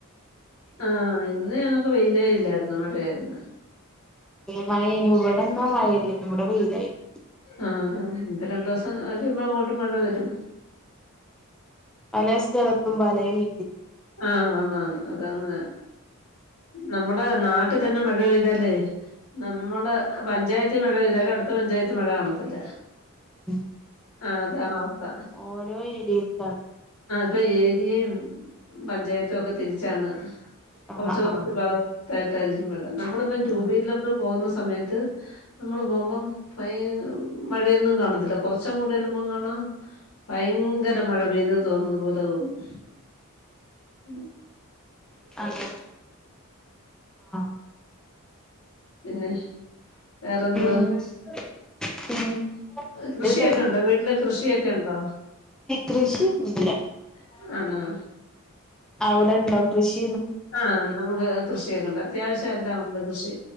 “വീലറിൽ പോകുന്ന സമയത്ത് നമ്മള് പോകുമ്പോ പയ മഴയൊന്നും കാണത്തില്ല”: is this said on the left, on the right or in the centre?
Left